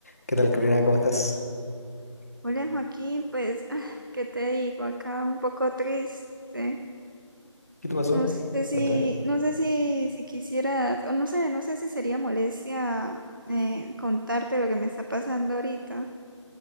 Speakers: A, on the left; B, on the right.
A: ¿Qué tal, Karina? ¿Cómo estás?
B: Hola Joaquín, pues, ah, ¿qué te digo? Acá un poco triste.
A: ¿Qué te pasó?
B: No sé si,
A: Cuéntame.
B: no sé si, si quisieras, o no sé, no sé si sería molestia eh, contarte lo que me está pasando ahorita.